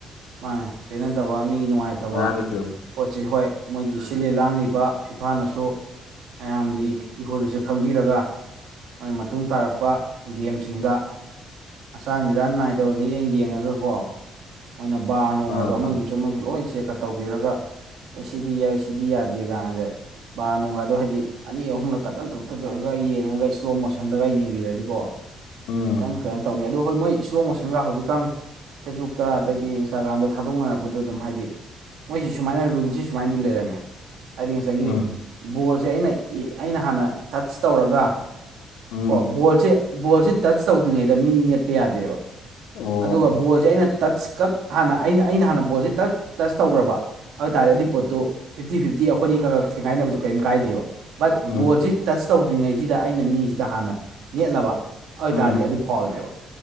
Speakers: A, on the right; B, on the left.
A: ꯃꯥꯅꯦ ꯄꯦꯟꯅꯗꯕ ꯃꯤꯒꯤ ꯅꯨꯡꯉꯥꯏꯇꯕ
B: ꯉꯔꯥꯡꯒꯤ
A: ꯄꯣꯠꯁꯤ ꯍꯣꯏ ꯃꯣꯏꯒꯤ ꯁꯤꯜꯂꯤ ꯂꯥꯡꯂꯤꯕ ꯐꯤꯐꯥꯅꯁꯨ ꯃꯌꯥꯝꯒꯤ ꯏꯍꯨꯜꯁꯦ ꯈꯪꯕꯤꯔꯒ ꯃꯣꯏꯅ ꯃꯇꯨꯡ ꯇꯥꯔꯛꯄ ꯒꯦꯝꯁꯤꯡꯗ ꯑꯆꯥꯟ ꯃꯤꯔꯥꯟ ꯅꯥꯏꯗꯕ ꯃꯤꯠꯌꯦꯡ ꯌꯦꯡꯉꯒꯀꯣ ꯃꯣꯏꯅ ꯕꯥꯔ ꯅꯣꯡꯗꯣ
B: ꯑꯥ
A: ꯑꯃꯒꯤꯁꯨ ꯑꯃꯁꯨ ꯂꯣꯏ ꯆꯦꯛꯀꯞ ꯇꯧꯕꯤꯔꯒ ꯑꯦ ꯁꯤꯗꯤ ꯌꯥꯏ ꯁꯤꯗꯤ ꯌꯥꯗꯦ ꯀꯥꯟꯗ ꯕꯥꯔ ꯅꯣꯡꯗꯣ ꯍꯥꯏꯗꯤ ꯑꯅꯤ ꯑꯍꯨꯝꯂꯛ ꯀꯛꯊꯛ ꯀꯛꯊꯛ ꯀꯛꯂꯒ ꯌꯦꯡꯉꯒ ꯏꯁꯂꯣ ꯃꯣꯁꯟꯗꯒ ꯌꯦꯡꯕꯤꯔꯅꯤꯀꯣ
B: ꯎꯝ
A: ꯈꯤꯇꯪ ꯀꯩꯅꯣ ꯇꯧꯅꯤ ꯑꯗꯣ ꯍꯣꯏ ꯃꯣꯏ ꯏꯁꯂꯣ ꯃꯣꯁꯟꯒ ꯍꯧꯖꯤꯛꯀꯥꯟ ꯐꯦꯁꯕꯨꯛꯇ ꯑꯗꯒꯤ ꯑꯩ ꯏꯟꯁꯇꯥꯒ꯭ꯔꯥꯝꯗ ꯊꯥꯗꯣꯛꯅꯔꯛꯄꯗ ꯑꯗꯨꯝ ꯍꯥꯏꯗꯤ ꯃꯣꯏꯁꯤ ꯁꯨꯃꯥꯏꯅ ꯔꯨꯜꯁꯤ ꯁꯨꯃꯥꯏꯅꯗꯤ ꯂꯩꯔꯝꯃꯦ ꯍꯥꯏꯗꯤ ꯉꯁꯥꯏꯒꯤ
B: ꯎꯝ
A: ꯕꯣꯜꯁꯦ ꯑꯩꯅ ꯑꯩꯅ ꯍꯥꯟꯅ ꯇꯁ ꯇꯧꯔꯒ
B: ꯎꯝ
A: ꯀꯣ ꯕꯣꯜꯁꯦ ꯕꯣꯜꯁꯦ ꯇꯆ ꯇꯧꯗ꯭ꯔꯤꯉꯩꯗ ꯃꯤ ꯅꯦꯠꯄ ꯌꯥꯗꯦꯕ
B: ꯑꯣ
A: ꯑꯗꯨꯒ ꯕꯣꯜꯁꯦ ꯑꯩꯅ ꯇꯁ ꯀꯛ ꯍꯥꯟꯅ ꯑꯩꯅ ꯑꯩꯅ ꯍꯥꯟꯅ ꯕꯣꯜꯁꯦ ꯇꯛ ꯇꯁ ꯇꯧꯈ꯭ꯔꯕ ꯑꯗꯨ ꯇꯥꯔꯗꯤ ꯄꯣꯠꯇꯨ ꯐꯤꯞꯇꯤ ꯐꯤꯞꯇꯤ ꯑꯩꯈꯣꯏꯅꯤ ꯈꯥꯒꯛ ꯊꯦꯡꯒꯥꯏꯅꯕꯗꯨ ꯀꯔꯤꯝ ꯀꯥꯏꯗꯦꯕ ꯕꯠ
B: ꯎꯝ
A: ꯕꯣꯜꯁꯤ ꯇꯁ ꯇꯧꯗ꯭ꯔꯤꯉꯩꯁꯤꯗ ꯑꯩꯅ ꯃꯤꯁꯤꯗ ꯍꯥꯟꯅ ꯅꯦꯠꯂꯕ ꯑꯗꯨꯏ
B: ꯎꯝ
A: ꯇꯔꯗꯤ ꯑꯗꯨ ꯐꯥꯎꯜꯅꯦꯕ